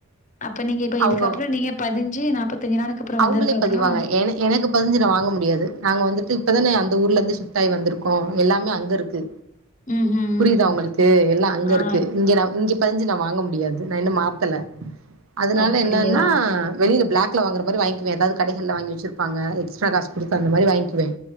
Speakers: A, on the left; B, on the right.
A: அப்ப நீங்க இப்ப
B: அவுங்க
A: இதுக்கப்புறம் நீங்க பதிஞ்சு நாப்பத்தஞ்சு நாளுக்கு அப்புறம்
B: அவுங்களே
A: வந்ததுக்கப்புறம்
B: பதிவாங்க எனக்கு பதிஞ்சு நான வாங்க முடியாது நாங்க வந்துட்டு இப்தானே அந்த ஊர்ல இருந்து ஷிப்ட ஆயி வந்திருக்கோம் எல்லாமே அங்க இருக்கு
A: ம்ஹ்ம்
B: புரியுதா
A: ம்
B: உங்களுக்கு எல்லாம் அங்க
A: ஆ
B: இருக்கு இங்க நான இங்க பதிஞ்சு நான வாங்க முடியாது நான இன்னும் மாத்தல அதனால
A: அப்படியா
B: என்னன்னா வெளியில பிளாக் ல வாங்குற மாரி வாங்கிகிவேன் ஏதவதுகடகள்ல வாங்கிச்சிருப்பாங்க எக்ஸ்ட்ரா காசு கொடுத்து அந்த மாரி வாங்கிகிவேன்